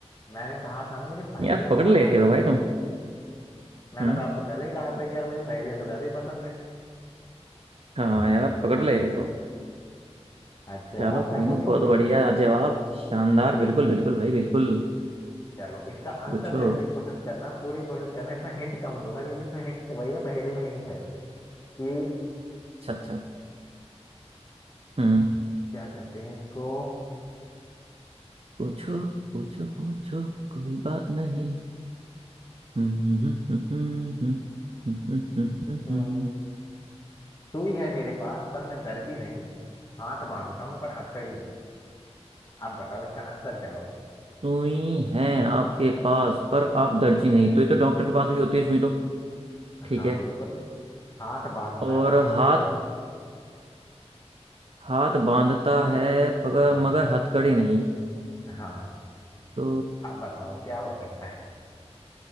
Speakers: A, on the left; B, on the right.
A: मैंने कहा था ना मुझे पहेलियां
B: यार पकड़
A: बहुत
B: ले
A: पसंद
B: रहे हो भाई
A: है
B: तुम
A: मैंने
B: हम्म
A: तो आपसे पहले ही कहा था कि यार मुझे पहेलियां तो वैसे ही पसंद है
B: हाँ यार
A: तो
B: पकड़ ले रहे हो
A: अच्छा
B: चलो
A: अब
B: कोई
A: मैं पूछूं
B: नहीं बहुत
A: फिर
B: बढ़िया जवाब शानदार बिल्कुल बिल्कुल भाई बिल्कुल
A: चलो इसका आंसर
B: पूछो
A: देने की कोशिश करना पूरी कोशिश करना इसमें हिंट कम दूंगा क्योंकि इसमें हिंट वही है पहेली में हिंट है कि
B: अच्छा अच्छा हम्म
A: क्या कहते हैं इसको
B: पूछो पूछो पूछो कोई बात नहीं हम्म हम्म हम्म हम्म हम्म हम्म, हम्म, हम्म,
A: अम,
B: हम्म।
A: सुई है मेरे पास पर मैं दर्जी नहीं हाथ बांधता हूँ पर हथकड़ी नहीं आप बताओ इसका आंसर क्या होगा
B: सुई है आपके पास पर आप दर्जी नहीं तो ये तो डॉक्टर के पास भी होती है सुई तो ठीक
A: हाँ
B: है
A: बिल्कुल हाथ बांधता
B: और
A: है पर हथकड़ी
B: हाथ
A: नहीं
B: हाथ बांधता है पगर
A: हाँ
B: मगर हथकड़ी नहीं
A: हाँ
B: तो
A: आप बताओ क्या हो सकता है